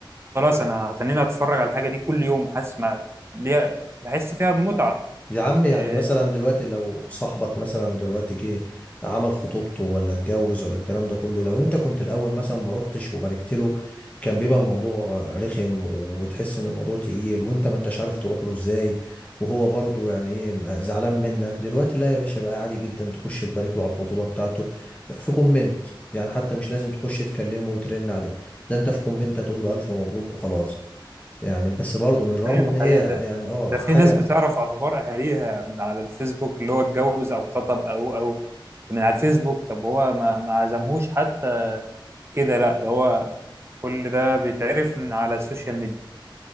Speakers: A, on the right; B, on the left.
A: فخلاص انا هتنيني اتفرج على الحاجه دي كل يوم حاسس ما ليا بحس فيها بمتعه
B: يا عم يعني
A: إيه،
B: مثلا دلوقتي لو صاحبك مثلا دلوقتي جه عمل خطوبته ولا اتجوز ولا الكلام ده كله لو انت كنت الاول مثلا ما روحتش وباركت له كان بيبقى الموضوع رخم وتحس ان الموضوع تقيل وانت ما انتش عارف تروح له ازاي وهو برضه يعني ايه زعلان منك دلوقتي لا يا باشا بقى عادي جدا تخش تبارك له على الخطوبة بتاعته في كومنت يعني حتى مش لازم تخش تكلمه وترن عليه ده انت في كومنت هتقول له الف مبروك وخلاص يعني بس برضه من رغم
A: ايوه
B: ان هي
A: حقيقه ده
B: يعني اه
A: ده
B: حاجة
A: في ناس بتعرف اخبار اهاليها من على الفيسبوك اللي هو اتجوز او خطب او او من على الفيسبوك طب هو ما ما عزمهوش حتى كده لا ده هو كل ده بيتعرف من على السوشيال ميديا